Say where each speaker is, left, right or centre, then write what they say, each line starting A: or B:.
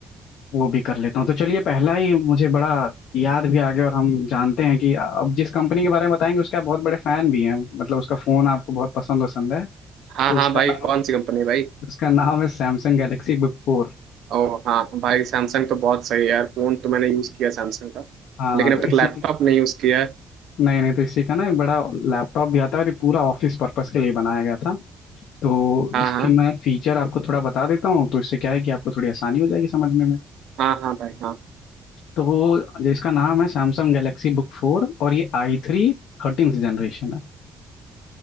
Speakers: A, on the left; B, on the right.
A: वो भी कर लेता हूँ तो चलिए पहला ही मुझे बड़ा याद भी आ गया और हम जानते हैं कि अब जिस कंपनी के बारे में बताएंगे उसके आप बहुत बड़े फैन भी हैं मतलब उसका फोन आपको बहुत पसंद पसंद है
B: हाँ
A: तो
B: हाँ
A: उसका
B: भाई
A: नाम
B: कौन सी कंपनी भाई
A: उसका नाम है सैमसंग गैलेक्सी बुक फोर
B: ओ हाँ भाई सैमसंग तो बहुत सही है यार फोन तो मैंने यूज किया सैमसंग का
A: हाँ
B: लेकिन
A: हाँ तो
B: अब तक
A: इसी
B: लैपटॉप
A: के
B: नहीं यूज किया है
A: नहीं नहीं तो इसी का ना एक बड़ा लैपटॉप भी आता है और ये पूरा ऑफिस पर्पस के लिए बनाया गया था तो
B: हाँ
A: इसकी
B: हाँ
A: मैं फीचर आपको थोड़ा बता देता हूँ तो इससे क्या है कि आपको थोड़ी आसानी हो जाएगी समझने में
B: हाँ हाँ भाई हाँ
A: तो वो जो इसका नाम है सैमसंग गैलेक्सी बुक फोर और ये आई थ्री थर्टींथ जनरेशन है